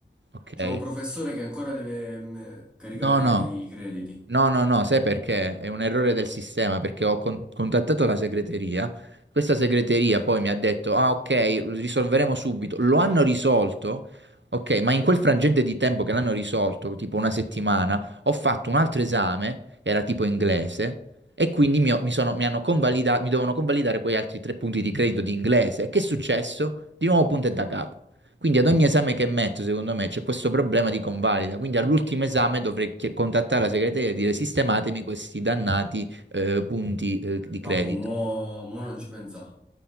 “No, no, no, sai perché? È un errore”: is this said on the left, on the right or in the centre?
Right